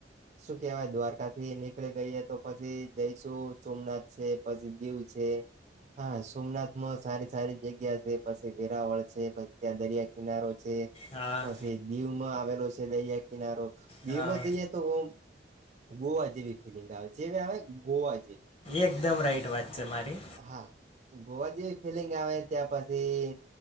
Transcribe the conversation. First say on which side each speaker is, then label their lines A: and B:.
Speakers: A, on the right; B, on the left.
A: શું કહેવાય દ્વારકા થી નીકળી ગઈએ તો પછી જઈશું. સોમનાથ છે પછી દીવ છે. હા સોમનાથ માં સારી સારી જગ્યા છે, પછી વેરાવળ છે, પછી ત્યાં દરિયા કિનારો છે.
B: હા
A: પછી દીવ માં આવેલો છે દરિયા કિનારો. દીવ
B: હા
A: માં જઈ એ તો ઓમ ગોવા જેવી ફિલિંગ આવે જેવી આવે ગોવા જેવી.
B: એકદમ રાઈટ વાત છે મારી.
A: હા ગોવા જેવી ફિલિંગ આવે ત્યાં પછી.